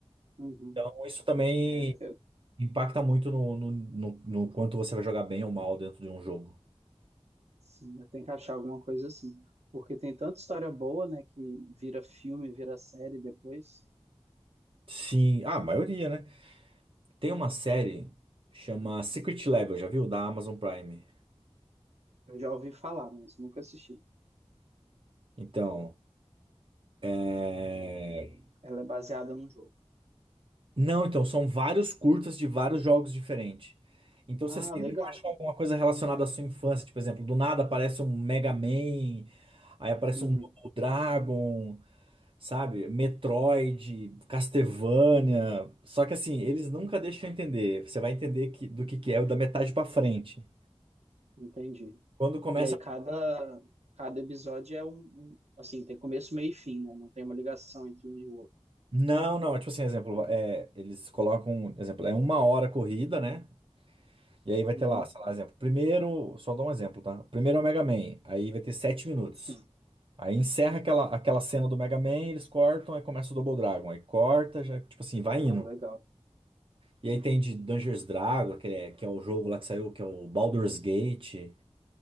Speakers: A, on the right; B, on the right.
A: Uhum.
B: Então, isso também
A: É, eu-
B: Impacta muito no, no, no, no quanto você vai jogar bem ou mal dentro de um jogo.
A: sim, eu tenho que achar alguma coisa assim. Porque tem tanta história boa, né, que vira filme, vira série depois.
B: Sim, ah, a maioria, né? Tem uma série chama Secret Level, já viu? Da Amazon Prime.
A: Eu já ouvi falar, mas nunca assisti.
B: Então, é...
A: Ela é baseada num jogo.
B: Não, então, são vários curtas de vários jogos diferentes. Então
A: Ah,
B: você sempre
A: legal.
B: vai achar alguma coisa relacionada à sua infância. Tipo, por exemplo, do nada aparece um Mega Man, aí aparece
A: Uhum,
B: um Double Dragon. sabe? Metroid, Castlevania. Só que assim, eles nunca deixam eu entender. Você vai entender que, do que, que é o da metade pra frente.
A: entendi.
B: Quando começa.
A: E aí cada, cada episódio é um, um- assim, tem começo, meio e fim, né? Não tem uma ligação entre um e o outro.
B: Não, não, tipo assim, exemplo, é, eles colocam, exemplo, é uma hora a corrida, né? E aí vai
A: Uhum.
B: ter lá, sei lá, exemplo, primeiro, só dou um exemplo, tá? Primeiro é o Mega Man, aí vai ter sete minutos.
A: Sim.
B: Aí encerra aquela, aquela cena do Mega Man, eles cortam, aí começa o Double Dragon, aí corta, já, tipo assim, vai
A: Ah,
B: indo.
A: legal.
B: E aí tem de Dungeons Dragon, que é, que é o jogo lá que saiu, que é o Baldur's Gate.